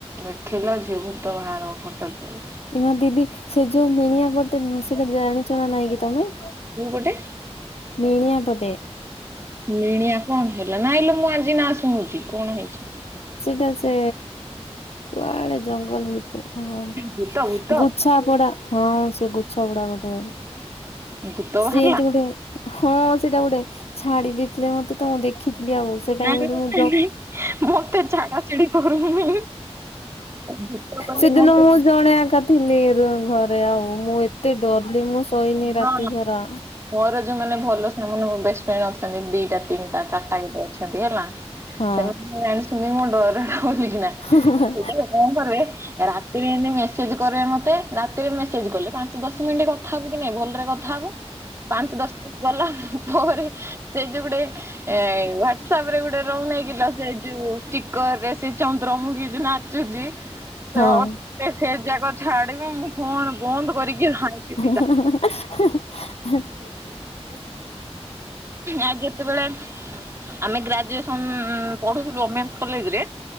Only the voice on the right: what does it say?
ଦେଖିଲ ଝିଅ ଭୂତ ବାହାର ଖଟ। ତଳୁ।
କଉ ପଟେ?
ମିଣିଆ କଣ ହେଲା ନାଇଁଲ ମୁଁ ଆଜି ନା ଶୁଣୁଛି କଣ ହେଇଚି।
ଭୂତ ଭୂତ
<inaudible>
ବାହାରିଲା
ନା ନା
ନା
ନାଇ ମତେ ଛାଡା ଛାଡି କରୁନି। ଭୂତ କହିଲେ
ମୋ କଥା
ହଁ
ମୋର ଯୋଉମାନେ ଭଲ ସେମାନେ ମୋ ବେଷ୍ଟଫ୍ରେଣ୍ଡ ଅଛନ୍ତି ଦିଟା ତିନିଟା ଚାରିଟା ଗତେ ଅଛନ୍ତି ହେଲା
ସେମାନେ ଜାଣିଛନ୍ତି ମୋ ଡର ଟା ବଲିକିନା।
କଣ କରିବେ ରାତିରେ ଏମତି ମେସେଜ କରିବେ ମତେ ରାତିରେ ମେସେଜ କଲେ ପାଞ୍ଚ ଦଶ ମିନିଟ କ ହବ କି ନାଇଁ ଭଲରେ କଥା ହବ ପାଞ୍ଚ ଦଶ ଦିନି ଗଲା ପରେ। ସେ ଯୋଉ ଗୋଟେ ଏ ହ୍ୟାଟସପରେ ଗୋଟେ ରହୁନାହିଁ କିଲ ସେ ଯୋଉ ଟିକରରେ ସେ ଚନ୍ଦ୍ରମୁଖୀ ଯୋଉ ନାଚୁଛି ସେ
ସେ ଯାକ ଛାଡିବ ମୁଁ ଫୋନ ବନ୍ଦ କରିକି ଭାଇ।
ଆ ଯେତେବେଳେ ଆମେ ଗ୍ରାଜୁଏସନ ପଢୁୁଥିଲୁ ଓମେନ୍ସ୍ କଲେଜରେ